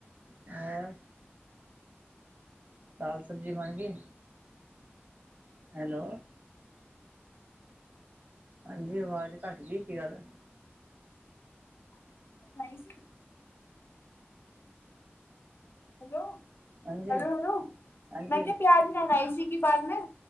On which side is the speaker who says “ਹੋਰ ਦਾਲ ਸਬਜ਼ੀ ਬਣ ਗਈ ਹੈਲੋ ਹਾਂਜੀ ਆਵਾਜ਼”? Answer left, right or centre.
Right